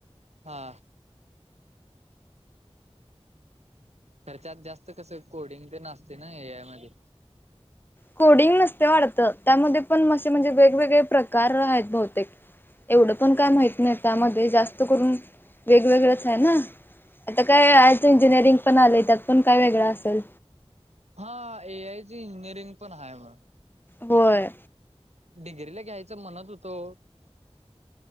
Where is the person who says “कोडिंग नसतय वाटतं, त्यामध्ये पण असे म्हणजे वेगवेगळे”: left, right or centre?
Left